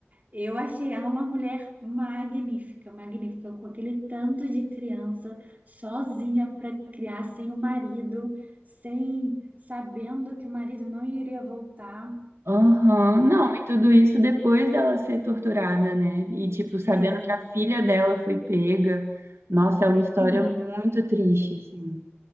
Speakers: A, on the right; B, on the right.
A: eu achei ela uma mulher magnífica, magnífica, com aquele tanto de criança sozinha para criar, sem o marido, sem sabendo que o marido não iria voltar.
B: Aham,
A: Não,
B: Não, e tudo isso depois dela ser torturada, né? E, tipo, sabendo
A: é,
B: que a filha dela foi pega. Nossa, é uma história
A: sim.
B: muito triste, assim,